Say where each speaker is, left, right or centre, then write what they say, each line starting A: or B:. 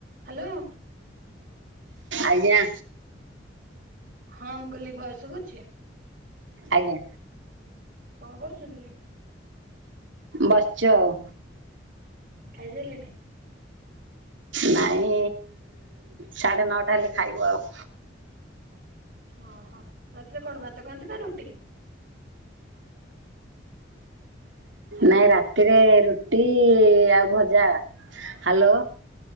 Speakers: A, on the right; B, on the right.
A: Hello.
B: ଆଜ୍ଞା।
A: ହଁ ମୁଁ କହିଲି ଭଏସେ ଶୁଭୁଚି।
B: ଆଜ୍ଞା।
A: କଣ କରୁଚନ୍ତି?
B: ବସିଚି ଆଉ।
A: ଖାଇ ସାରିଲେନି।
B: ନାଇଁ ସାଢେ ନଅଟା ହେଲେ ଖାଇବୁ ଆଉ।
A: ଅ ହ ରାତିରେ କଣ ଭାତ ଖାଆନ୍ତି ନା ରୁଟି? ହ୍ୟାଲୋ
B: ନାଇଁ ରାତିରେ ରୁଟି ଆଉ ଭଜା ହ୍ୟାଲୋ।